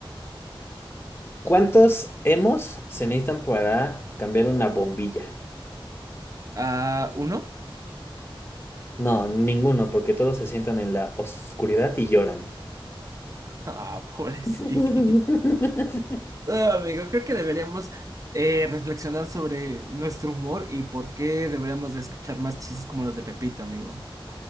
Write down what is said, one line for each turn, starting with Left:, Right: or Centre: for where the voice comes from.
Left: ¿cuántos hemos se necesitan para cambiar una bombilla?
Right: Ah, ¿uno?
Left: No, ninguno, porque todos se sientan en la oscuridad y lloran.
Right: Ah, pobrecito.
Left: <laughs>
Right: Ah, amigo, creo que deberíamos eh, reflexionar sobre nuestro humor y por qué deberíamos de escuchar más chistes como los de Pepito, amigo.